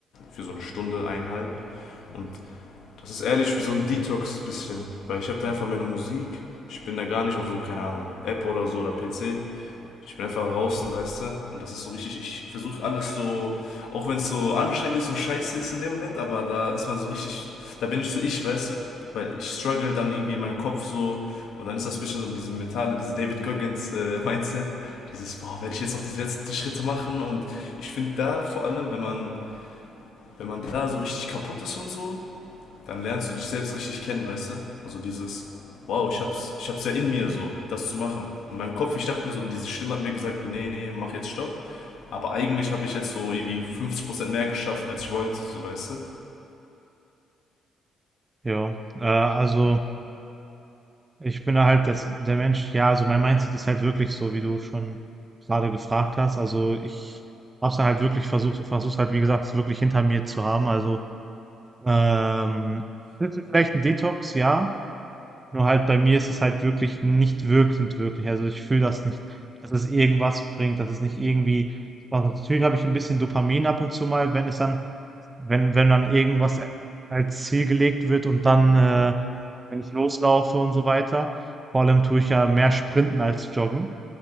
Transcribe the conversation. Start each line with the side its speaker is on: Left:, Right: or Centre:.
Left: für so eine Stunde, eineinhalb. Und das ist ehrlich wie so ein Detox bisschen, weil ich habe da einfach meine Musik. Ich bin da gar nicht auf so, keine Ahnung, App oder so oder PC. Ich bin einfach draußen, weißt du? Und das ist so richtig, ich versuche alles so, auch wenn es so anstrengend ist und scheiße ist in dem Moment, aber da ist man so richtig, da bin ich so ich, weißt du? Weil ich struggle dann irgendwie in meinem Kopf so und dann ist das ein bisschen so diese mentale, diese David Goggins äh, Mindset, dieses, boah, werde ich jetzt noch diese letzten Schritte machen und ich finde da vor allem, wenn man wenn man da so richtig kaputt ist und so, dann lernst du dich selbst richtig kennen, weißt du? Also dieses, wow, ich hab's, ich hab's ja in mir so, das zu machen. Und meinem Kopf, ich dachte mir so, diese Stimme hat mir gesagt, nee, nee, mach jetzt Stopp. Aber eigentlich habe ich jetzt so irgendwie 50% mehr geschafft, als ich wollte, so weißt du?
Right: jo. Äh, also. Ich bin halt das, der Mensch, ja, also mein Mindset ist halt wirklich so, wie du schon gerade gefragt hast. Also ich hab's dann halt wirklich versucht, versuch's halt, wie gesagt, es wirklich hinter mir zu haben. Also, ähm, das ist vielleicht ein Detox, ja. Nur halt bei mir ist es halt wirklich nicht wirkend wirklich. Also ich fühle das nicht, dass es irgendwas bringt, dass es nicht irgendwie was hat. Natürlich habe ich ein bisschen Dopamin ab und zu mal, wenn es dann, wenn, wenn dann irgendwas als Ziel gelegt wird und dann, äh, wenn ich loslaufe und so weiter. Vor allem tue ich ja mehr Sprinten als Joggen.